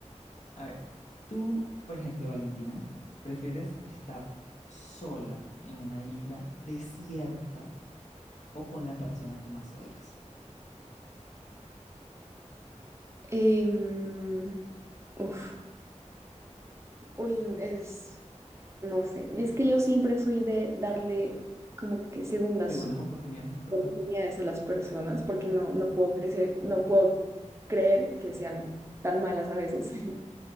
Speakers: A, on the left; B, on the right.
A: A ver, tú, por ejemplo, Valentina, ¿prefieres estar sola en una isla desierta o con la persona que más odias?
B: em, uf, uy, n- es, no sé, es que yo siempre soy de darle como que segundas
A: Segundas oportunidades a las personas.
B: oportunidades a las personas porque no, no puedo crecer, no puedo creer que sean tan malas a veces. <laughs>